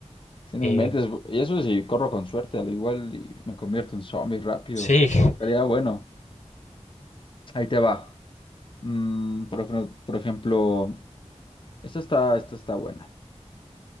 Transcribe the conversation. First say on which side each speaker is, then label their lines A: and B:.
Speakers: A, on the left; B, on the left.
A: Si no
B: eh,
A: inventes, y eso sí, corro con suerte, al igual y me convierto en zombie rápido,
B: sí,
A: pero
B: <laughs>
A: estaría bueno. Ahí te va. Mm, por, ejemplo, por ejemplo, esta está, esta está buena.